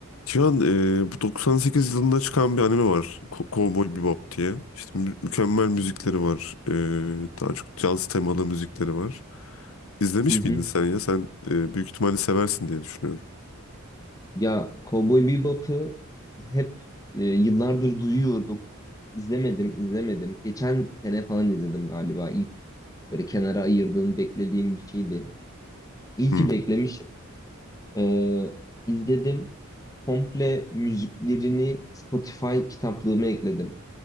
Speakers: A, on the left; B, on the left.
A: Cihan e, bu 98 yılında çıkan bir anime var. Ko- Cowboy Bebop diye. İşte mü- mükemmel müzikleri var. E, daha çok caz temalı müzikleri var. İzlemiş
B: Hı hı.
A: miydin sen ya? Sen e, büyük ihtimalle seversin diye düşünüyorum.
B: Ya Cowboy Bebop'ı hep e, yıllardır duyuyordum. İzlemedim, izlemedim. Geçen sene falan izledim galiba. İlk böyle kenara ayırdığım, beklediğim bir şeydi. İyi
A: Hmm.
B: ki beklemişim. Ee, izledim. Komple müziklerini Spotify kitaplığıma ekledim.